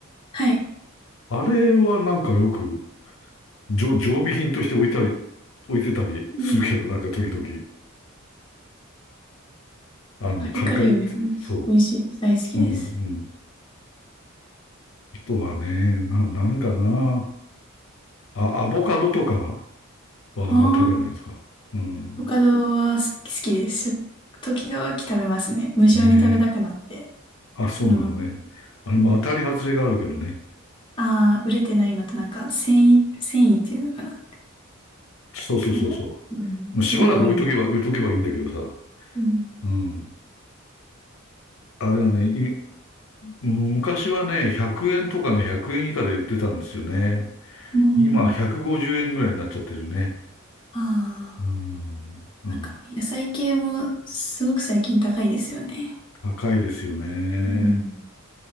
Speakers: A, on the left; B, on the left.
A: はい。
B: あれはなんかよく、常常備品として置いたり、置いてたりするけど、
A: うん。
B: なんか時々、あの、
A: カリカリ梅も美味しいです。
B: カリカリって、そ
A: 大好きです。
B: う。うんうん。人はね、な、何かな。あ、アボカドとかは、はあんまり食べないですか。
A: ああ、
B: うん。
A: コカドは好き、好きです。しょ時々食べますね。無性に食べたくなって、
B: ねえ。あ、そうなのね。
A: そのまま。
B: あれも当たり外れがあるけどね。
A: うん。ああ、売れてないのとなんか、繊維、繊維っていうのかな。
B: そうそうそうそう。
A: なんか、うん、
B: まあしばらく置いとけば、
A: それが多いのがね。
B: 置いとけばいいんだけどさ。
A: うん。
B: うん。あれがね、い昔はね、100円とかね、100円以下で売ってたんですよね。
A: うん。
B: 今、150円ぐらいになっちゃってるね。
A: あ
B: うん。
A: あ。
B: うん。
A: なんかもう野菜系もすごく最近高いですよね。
B: 高いですよね。
A: うん。